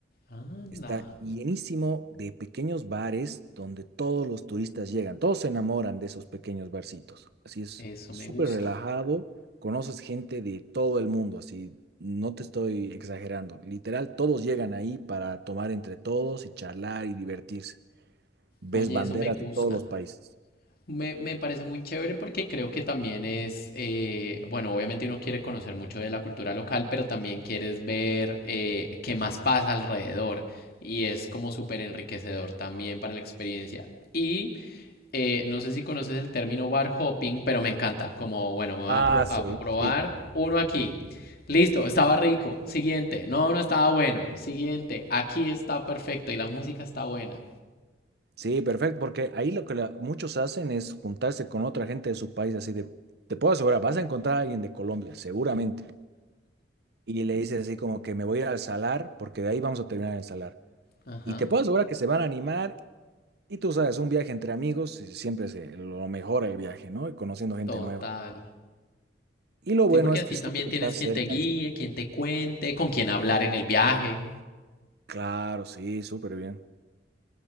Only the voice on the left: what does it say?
Anda.
Eso
me gusta.
Oye,
eso me gusta.
Me, me parece muy chévere porque creo que también es, eh, bueno, obviamente uno quiere conocer mucho de la cultura local, pero también quieres ver eh, qué más pasa alrededor y es como súper enriquecedor también para la experiencia. Y eh, no sé si conoces el término bar hopping, pero me encanta, como, bueno, me voy
a, pro-
a probar
uno aquí. Listo, estaba rico. Siguiente, no, no estaba bueno. Siguiente, aquí está perfecto y la música está buena.
Ajá,
total.
Sí, porque
así
también tienes
quien
te guíe,
quien te cuente, con quien hablar en el viaje.